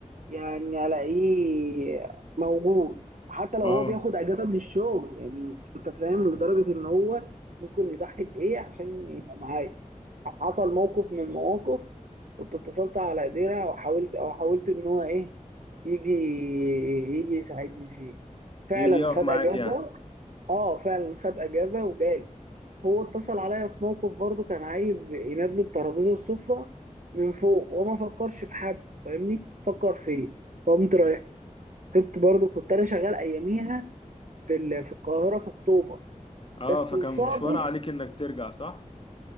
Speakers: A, on the right; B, on the left.
A: يعني الاقيه موجود حتى لو
B: اه
A: هو بياخد اجازه من الشغل يعني انت فاهم لدرجه ان هو ممكن يضحي بايه عشان يبقى معايا حصل موقف من المواقف كنت اتصلت على ديرة وحاولت او حاولت ان هو ايه يجي يجي يساعدني فيه فعلا
B: يجي يقف
A: خد
B: معاك
A: اجازه
B: يعني
A: اه فعلا خد اجازه وجالي هو اتصل عليا في موقف برضه كان عايز ينزل ترابيزه السفرة من فوق وما فكرش في حد فاهمني فكر فيا فقمت رايح سبت برضه كنت انا شغال اياميها في ال- في القاهره في اكتوبر
B: اه
A: بس
B: فكان
A: صادف
B: مشوار عليك انك ترجع صح